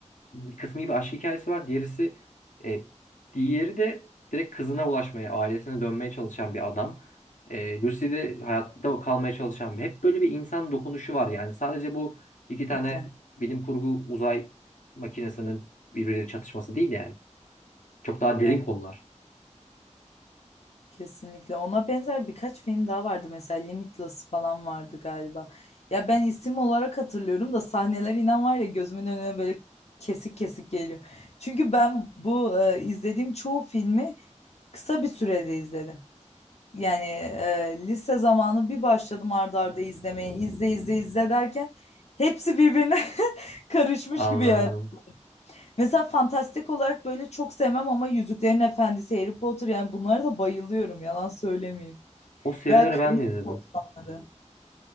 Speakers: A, on the left; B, on the left.
A: bir kısmı gibi aşk hikayesi var. Diğerisi e, diğeri de direkt kızına ulaşmaya, ailesine dönmeye çalışan bir adam. E, Lucy de hayatta kalmaya çalışan bir. Hep böyle bir insan dokunuşu var yani. Sadece bu iki tane
B: Kesinlikle.
A: bilim kurgu uzay makinesinin birbiriyle çatışması değil yani. Çok daha derin
B: Evet,
A: konular.
B: kesinlikle. Ona benzer birkaç film daha vardı mesela Limitless falan vardı galiba. Ya ben isim olarak hatırlıyorum da sahneler inan var ya gözümün önüne böyle kesik kesik geliyor. Çünkü ben bu e, izlediğim çoğu filmi kısa bir sürede izledim. Yani e, lise zamanı bir başladım arda arda izlemeye. İzle izle izle derken hepsi birbirine <laughs> karışmış
A: Anladım.
B: gibi yani. Mesela fantastik olarak böyle çok sevmem ama Yüzüklerin Efendisi, Harry Potter yani bunlara da bayılıyorum yalan söylemeyeyim.
A: O serileri
B: Veya Karayip
A: ben de izledim.
B: Korsanları.